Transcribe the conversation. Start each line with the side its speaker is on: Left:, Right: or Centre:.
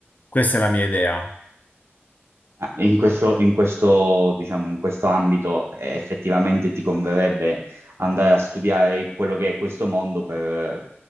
Left: Questa è la mia idea.
Right: Eh, In questo, in questo, diciamo, in questo ambito eh, effettivamente ti converrebbe andare a studiare quello che è questo mondo per,